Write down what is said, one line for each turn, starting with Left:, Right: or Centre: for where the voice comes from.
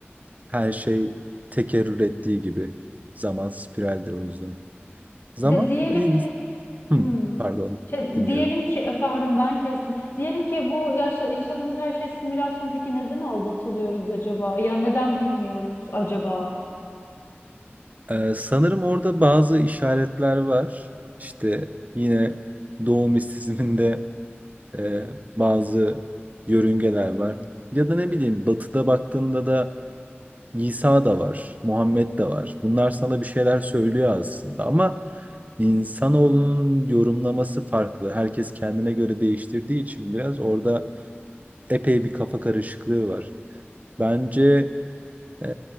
Right: Her şey tekerrür ettiği gibi. Zaman spiraldir o yüzden. Zaman,
Left: De diyelim ki
Right: hmm,
Left: Hmm.
Right: pardon,
Left: Şey,
Right: dinliyorum.
Left: diyelim ki e, pardon ben kestim. Diyelim ki bu yaşa- yaşadığımız her şey simülasyon. Peki neden aldatılıyoruz acaba? Ya neden bilmiyoruz acaba?
Right: Ee, sanırım orada bazı işaretler var. İşte yine Doğu mistisizminde e, bazı yörüngeler var. Ya da ne bileyim Batı'da baktığında da İsa da var, Muhammed de var. Bunlar sana bir şeyler söylüyor aslında ama insanoğlunun yorumlaması farklı. Herkes kendine göre değiştirdiği için biraz orada epey bir kafa karışıklığı var. Bence e,